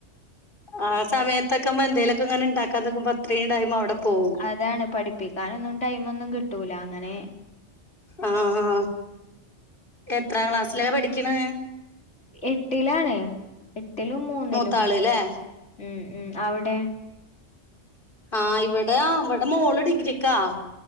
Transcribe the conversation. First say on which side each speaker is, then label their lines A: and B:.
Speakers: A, on the left; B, on the left.
A: ആ സമയത്തൊക്കെ് മ്മ എന്തേലൊക്കെ ങ്ങനൊണ്ടാക്കാ നോക്കുമ്പോ അത്രയും ഉണ്ടായും അവിടെ പോവും
B: അതാണ് പഠിപ്പിക്കാനൊന്നും ടൈം ഒന്നും കിട്ടൂല അങ്ങനെ
A: ആഹ് ഹാ എത്രാം ക്ലാസ്സില പഠിക്കണെ
B: എട്ടിലാണ് എട്ടിലും മൂന്നിലും
A: മൂത്താള്ല്ലേ
B: ഉം ഉം അവിടെ
A: ആഹ് ഇവിടെ ഇവിടെ മോള് ഡിഗ്രിക്കാ